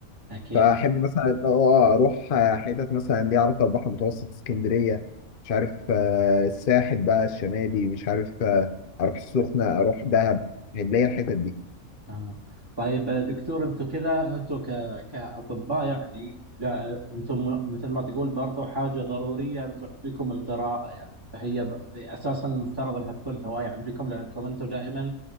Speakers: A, on the right (about 15°); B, on the left (about 45°).
A: أكيد
B: فأحب مثلا إن هو أروح آه، حتت مثلا ليها علاقة بالبحر المتوسط اسكندرية مش عارف آه، الساحل بقى الشمالي مش عارف آه، أروح السخنة أروح دهب هتلاقي الحتت دي
A: آه. طيب دكتور أنتم كذا أنتم ك... كأطباء يعني لا أنتم مثل ما تقول برضو حاجة ضرورية أنتم عندكم القراءة يعني فهي ب... أساسا المفترض أنها تكون هواية عندكم لأنكم أنتم دائما